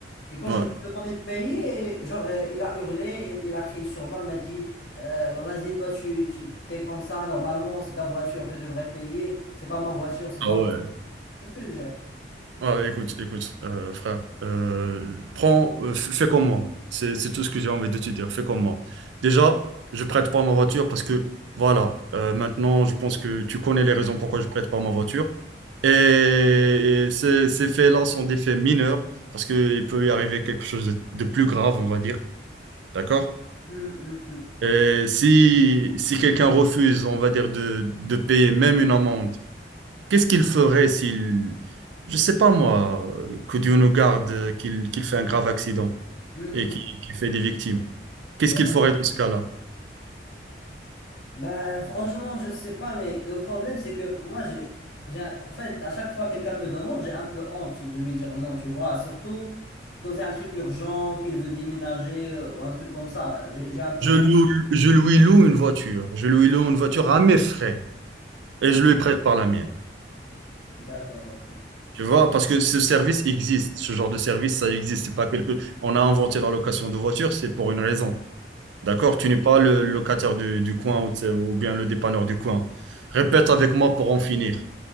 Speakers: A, on the left; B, on the right.
A: Et quand
B: Ouais.
A: je lui ai demandé de payer, et, genre, euh, il a hurlé, et- il a crié sur moi, il m'a dit, euh, Bah, vas-y, toi, tu, tu t'es comme ça, normalement, c'est ta voiture, tu devrais payer, c'est pas ma voiture, c'est
B: Ah
A: pas
B: ouais.
A: moi. Qu'est-ce que je veux dire?
B: Ouais, écoute, écoute, euh, frère. euh, prends, euh, f- fais comme moi. C'est, c'est tout ce que j'ai envie de te dire. Fais comme moi. Déjà, je prête pas ma voiture parce que, voilà, euh, maintenant, je pense que tu connais les raisons pourquoi je prête pas ma voiture. Et, et ces, ces faits-là sont des faits mineurs parce qu'il peut y arriver quelque chose de, de plus grave, on va dire. D'accord?
A: Hum, hum, hum.
B: Et si, si quelqu'un refuse, on va dire, de, de payer même une amende, Qu'est-ce qu'il ferait s'il, je sais pas moi, euh, que Dieu nous garde, euh, qu'il qu'il fait un grave accident
A: Hum,
B: et qu'il qu'il fait des victimes? Qu'est-ce
A: hum.
B: qu'il ferait dans ce cas-là?
A: Bah, franchement, je sais pas, mais le problème, c'est que moi, j'ai, j'ai, en fait, à chaque fois que quelqu'un me demande, j'ai un peu honte de lui dire non, tu vois, surtout quand c'est un truc urgent, qu'il veut déménager euh, ou un truc comme ça, j'ai j'ai un peu
B: Je
A: honte.
B: loue- je lui loue une voiture. Je lui loue une voiture à mes frais et
A: Hmm.
B: je lui prête par la mienne.
A: D'accord, ok.
B: Tu vois, parce que ce service existe, ce genre de service, ça existe. C'est pas quelque... On a inventé la location de voiture, c'est pour une raison. D'accord? Tu n'es pas le locataire du, du coin ou, tu sais, ou bien le dépanneur du coin. Répète avec moi pour en finir.